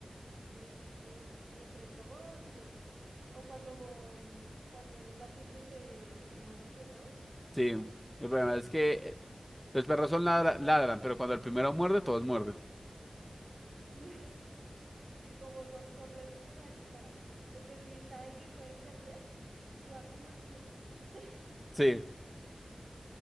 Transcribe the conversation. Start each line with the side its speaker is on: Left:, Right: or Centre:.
Right: sí, sí, sí. Y entre todos y yo, <sniffs> o cuando, cuando ven un gatito y se, se suman entre todos.
Centre: Sí. El problema es que eh, los perros son ladra- ladran, pero cuando el primero muerde, todos muerden.
Right: <laughs> Y como son, son re, re gallinas, porque si saben que pueden perder, y van uno en uno. <laughs>
Centre: Sí.